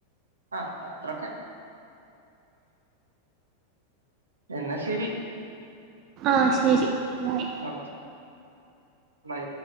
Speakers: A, on the right; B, on the right.
A: ആ അത്രൊക്കെ എന്നാ ശരി
B: ആ ശരി ബൈ
A: ഓക്കെ ബൈ